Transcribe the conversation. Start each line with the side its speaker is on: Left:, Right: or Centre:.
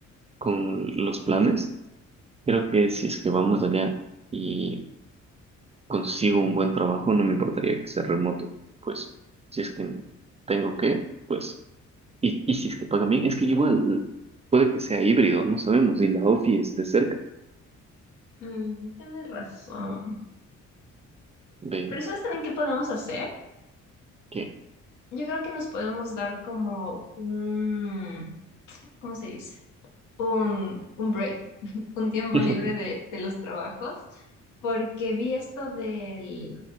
Right: con los planes, creo que si es que vamos allá y consigo un buen trabajo, no me importaría que sea remoto, pues si es que tengo que, pues, y, y si es que pagan bien, es que igual puede que sea híbrido, no sabemos, y la ofi esté cerca,
Left: Mm, tienes razón.
Right: ¿ves?
Left: Pero ¿sabes también qué podemos hacer?
Right: ¿Qué?
Left: Yo creo que nos podemos dar como un, ¿cómo se dice? un, un break, <laughs> un tiempo
Right: <laughs>
Left: libre de, de los trabajos, porque vi esto del,